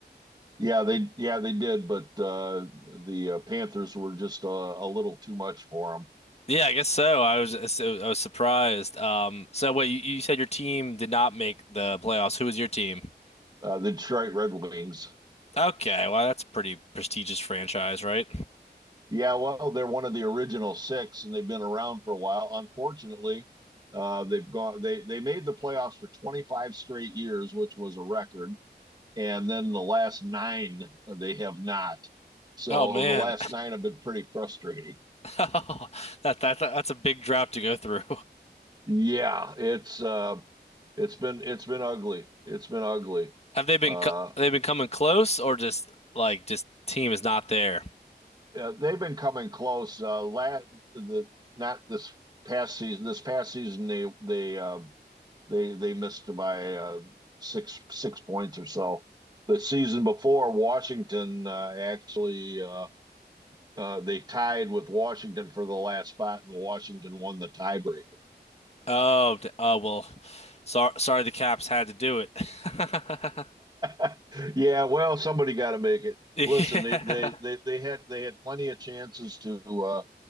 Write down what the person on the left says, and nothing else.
<laughs> yeah, I guess so. I was so- I was surprised. Um, so wait, you, you said your team did not make the playoffs. Who was your team?
Okay, well that's a pretty prestigious franchise, right?
Oh man,
<laughs> that, that that's a big drop to go through.
<laughs> Have they been
co- they've been coming close, or just like just team is not there?
Oh, d- oh well. Sorry, sorry, the Caps had to do it. <laughs>
Yeah,